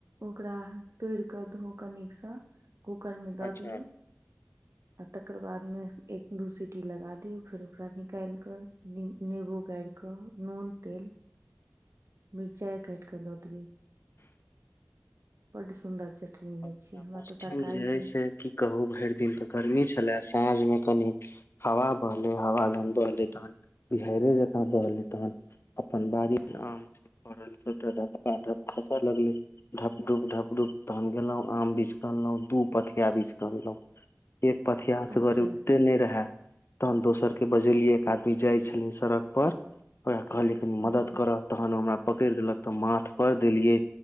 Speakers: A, on the right; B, on the left.
A: ओकरा तोड़ कऽ धोक निकसँ कूकरमे द
B: अच्छा
A: दियौ आ तकर बादमे एक दू सीटी लगा दियऔ फेर ओकरा निकाल कऽ नेबो गारिकऽ नून तेल
B: <inaudible>
A: मिर्चाई कटि कऽ द देब‌इ
B: <inaudible>
A: बड सुन्दर चटनी
B: अपना
A: होइ छै
B: मौसम
A: हमरा तऽ तरकारी
B: जे हइ
A: सँ
B: से की कहू भरि दिन तऽ गर्मी छलै साँझमे कनि हवा बहले हवा जहन बहले तहन बिहाड़े जका बहलै तहन अपन बाड़ी आम ल सबटा खसा लगलै ढप डुप ढपडुप तह <unintelligible> गेलहुँ आम बिछके अनलँ दू पथिया बिछके अनलहुँ एक पथियासँ
A: अच्छा
B: उठते नहि रहय तहन दोसर के बजेलियै एक आदमी जाइ छलिन सड़क पर ओकरा कहलीये कनि मदद
A: हूँ
B: करऽ तहन ओ हमरा पकड़ि देलक तऽ माथ पर देलिये